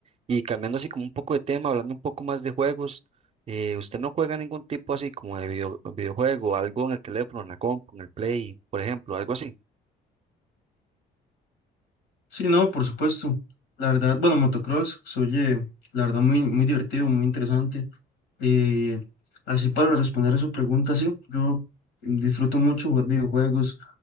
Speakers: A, on the right; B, on the left.
A: Y cambiando así como un poco de tema, hablando un poco más de juegos, eh, ¿usted no juega ningún tipo así como de video- videojuego, algo en el teléfono, en la compu, en el Play, por ejemplo, algo así?
B: Sí, no, por supuesto. La verdad, bueno, motocross se oye, la verdad, muy, muy divertido, muy interesante. Eh, así para responder a su pregunta, sí, yo disfruto mucho jugar videojuegos,